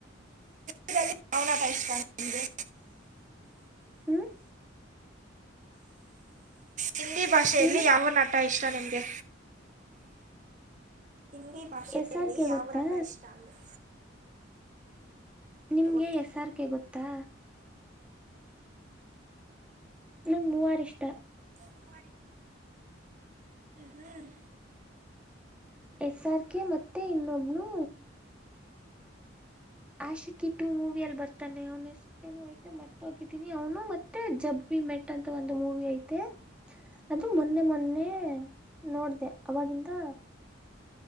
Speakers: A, on the right; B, in the centre.
A: ಹ್ಮ್ಲನಾಟ ಇಷ್ಟ ನಿಮಗೆ
B: ಹ್ಮ
A: ಹಿಂದಿ ಭಾಷೆಯಲ್ಲಿ
B: ಏನು
A: ಯಾವ ನಟ ಇಷ್ಟ ನಿಮ್ಗೆ ಹಿಂದಿ ಭಾಷೆಯಲ್ಲಿ
B: ಎಸ್ ಆರ್ ಕೆ
A: ಯಾವರಟ
B: ಗೊತ್ತಾ
A: ಇಷ್ಟ ಅಂದ್ರೆ
B: ನಿಮ್ಗೆ
A: ಗೊತ್ತು
B: ಹೆಸಾರ್ಕ ಗೊತ್ತಾ ನಂಗೆ ಮೂವಾರ ಇಷ್ಟ
A: ಹ್ಮ ಹ್ಮ
B: ಎಕ್ಸಾಮ್ ಗೆ ಮತ್ತೆ ಇನ್ನೊಬ್ನು ಆಶೆ ಟು ಮೂವಿ ಅಲ್ಲಿ ಬರ್ತಾನೆ ಅವನು ಹೆಸ್ರು ಮರ್ತ ಹೋಗಿದ್ದೀನಿ ಅವನು ಮತ್ತೆ ಜಬ್ಬ ಮೆಟ್ ಅಂತ ಒಂದು ಮೂವಿ ಐತೆ ಅದು ಮೊನ್ನೆ ಮೊನ್ನೆ ನೋಡ್ದ ಅವಾಗಿಂದ